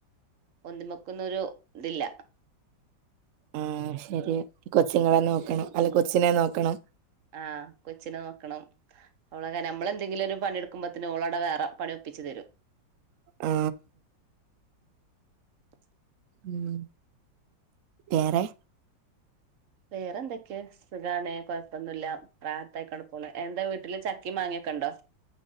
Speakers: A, on the right; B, on the right.
A: ഒന്നുമക്കൊരു ഇതില്ല
B: ആഹ ശരി കൊച്ചുങ്ങളെ നോക്കണം അല്ല കൊച്ചിനെ നോക്കണം
A: ആ കൊച്ചിനെ നോക്കണം അവളെ അങ്ങനെ നമ്മളെന്തെങ്കിലും ഒരു പണിയെടുക്കുമ്പോഴേക്കും ഓൾ അവിടെ വേറെ പണി ഒപ്പിച്ച് തരും
B: ആ
A: <inaudible>
B: ഉം വേറെ
A: വേറെ എന്തൊക്കെ സുഖാണ് കുഴപ്പമില്ല റാഹത്ത് ആൾക്കാണ്ട് പോണ് എന്താ വീട്ടിൽ ചക്കയും മാങ്ങ ഉണ്ടോ